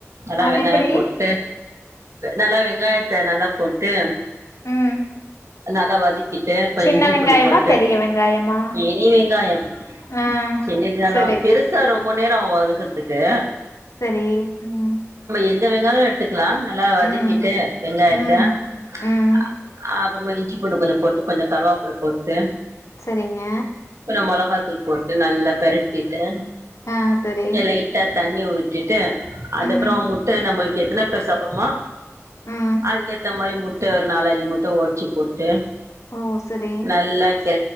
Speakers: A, on the right; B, on the left.
A: நல்லா
B: அது
A: வெங்காயம்
B: எப்படி
A: போட்டு நல்லா வெங்காயத்த நல்லா போட்டு
B: ம்
A: நல்லா வதக் கிட்டு அப்ப
B: சின்ன
A: இஞ்சி
B: வெங்காயமா
A: பூண்டு போட்டு
B: பெரிய வெங்காயமா
A: இனி வெங்காயம்
B: ஆ
A: சென் இருந்தாலும்
B: சரி
A: பெருஸ் சா ரொம்ப நேரோ ஆவு வதக்கற்திக்கு
B: செரி ம்
A: எந்த வெங்காய எட்துக்கலா நல்லா வதக்கிட்டு
B: ம்
A: வெங்காயத்த
B: ம் ம்
A: அப் அப்றமா இஞ்சி பூண்டு கொஞ்சோ போட்டு கொஞ்சோ கருவாப்புள்ள போட்டு
B: சரிங்க
A: ம் மொளகாத்தூள் போட்டு நல்லா பெரட்டிட்டு
B: ஆ சரி
A: கொஞ்சோ லைட்டா தண்ணி ஊத்திட் டு அதுப்புறோ
B: ம்
A: முட்ட நம்மளுக்கு எத்தனை பேர் சாப்புட்ரோமோ
B: ம்
A: அதுக்கேத்த மாரி முட் ட ஒரு நாலஞ்சு முட்ட ஒடச்சு போட்டு
B: ஓ சரி
A: நல்லா கெ